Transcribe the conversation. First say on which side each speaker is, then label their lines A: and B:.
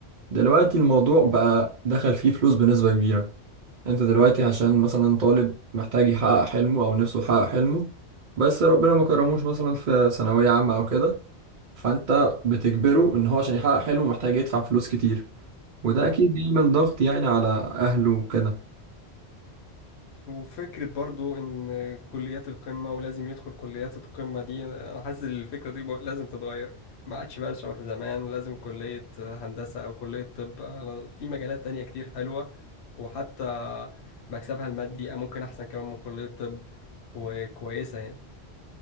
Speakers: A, on the right; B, on the left.
A: دلوقتي الموضوع بقى دخل فيه فلوس بنسبه كبيره انت دلوقتي عشان مثلا طالب محتاج يحقق حلمه او نفسه يحقق حلمه بس ربنا ما كرموش مثلا في ثانويه عامه او كده فانت بتجبره ان هو عشان يحقق حلمه محتاج يدفع فلوس كتير وده اكيد بيعمل ضغط يعني على اهله وكده
B: وفكرة برضو إن كليات القمة ولازم يدخل كليات القمة دي أنا حاسس إن الفكرة دي بقى- لازم تتغير ما عادش بقى شبه زمان لازم كلية هندسة أو كلية طب أنا في مجالات تانية كتير حلوة وحتى مكسبها المادي ممكن أحسن كمان من كلية طب وكويسة يعني